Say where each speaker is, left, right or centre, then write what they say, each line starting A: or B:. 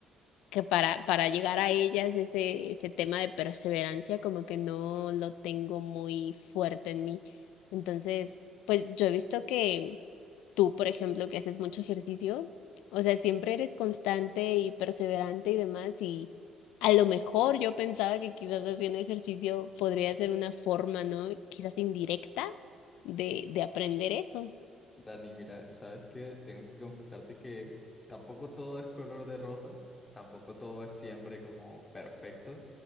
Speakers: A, on the left; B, on the left.
A: que para, para llegar a ellas, ese, ese tema de perseverancia, como que no lo tengo muy fuerte en mí. Entonces, pues yo he visto que Tú, por ejemplo, que haces mucho ejercicio, o sea, siempre eres constante y perseverante y demás, y a lo mejor yo pensaba que quizás haciendo ejercicio podría ser una forma, ¿no? Quizás indirecta de, de aprender eso.
B: Dani, mira, sabes que tengo que confesarte que tampoco todo es color de rosas, tampoco todo es siempre como perfecto.